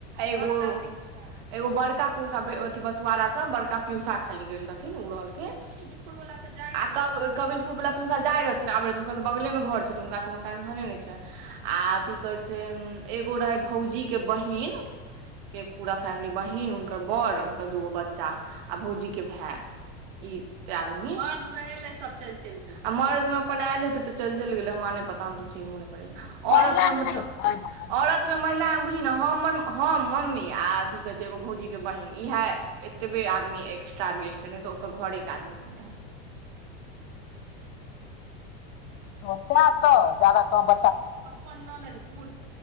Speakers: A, on the right; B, on the left.
A: एगो एगो बड़का प्यौसा अथि बसुारा से बड़का प्यऔसा खायइल गेल रहथिन ओ रहल खिन आ क कविलपुर वला पीसा जाय रहथिन आब हनक तऽ बगले मे घर छै तऽ हुनका कोनो टंशने नहि छै आथी कहै छै एगो रहे भौजी के बहिन के पूरा फैमिली बहिन हुनकर बड़ हुनकर दूगो बच्चा आ भौजी के भाय ई त आदमी मर्द मे एले सब चल चलि गेल आ मर्दं अपन आयल हेते तऽ चलि चलि गेले हम नहि पता हम त चिन्बो नहि करै औरत
B: महिला
A: मे मतलब
B: नहि तें
A: औरत मे महिला बुजही न हम मम्मी आ अथी कहे छै एगो भौजी के बहिन इएह एतबे आदमी एक््र गे तऽ ओकर घरेके आदमी सब
B: ओ कना त जाद कह ब
A: पप्पा ओना नहिऽ फू